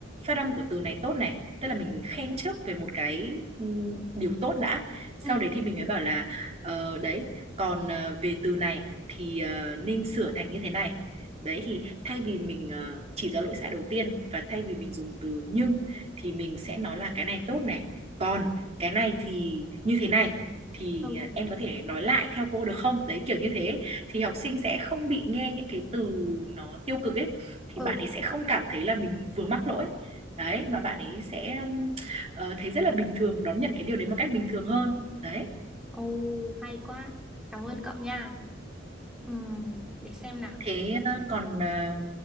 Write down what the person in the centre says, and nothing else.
ừ
Ừ.
ừ
ồ hay quá cảm ơn cậu nha ừ để xem nào